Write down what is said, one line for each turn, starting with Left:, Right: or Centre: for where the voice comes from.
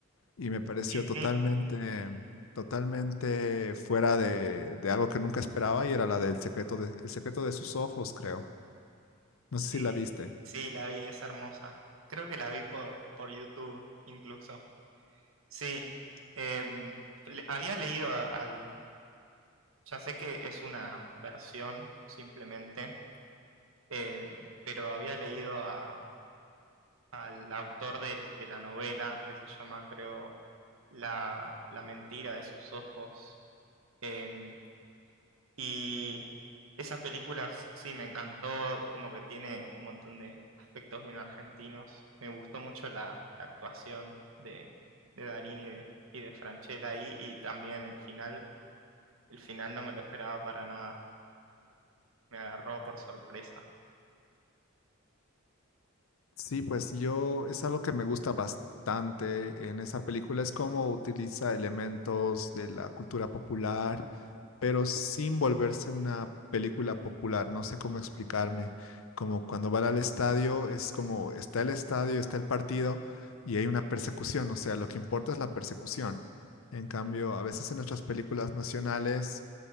Left: y me pareció
Right: Sí,
Left: totalmente,
Right: sí,
Left: totalmente fuera de, de algo que nunca esperaba y era la del secreto de, El secreto de sus ojos, creo. No
Right: sí.
Left: sé si la viste.
Right: Sí, la vi, es hermosa. Creo que la vi por, por YouTube incluso. Sí, em, le- había leído a- al... Ya sé que es una versión simplemente, em, pero había leído a- al autor del- de, la novela que se llama, creo, La, La mentira de sus ojos. Em, Y esa película s- sí me encantó, es como que tiene un montón de aspectos bien argentinos. Me gustó mucho la, la actuación de, de Darín y de, y de Francella ahí, y también el final. El final no me lo esperaba para nada, me agarró por sorpresa.
Left: Sí, pues yo es algo que me gusta bastante en esa película, es cómo utiliza elementos de la cultura popular, pero sin volverse una película popular, no sé cómo explicarme, como cuando van al estadio, es como está el estadio, está el partido y hay una persecución, o sea, lo que importa es la persecución. En cambio, a veces en nuestras películas nacionales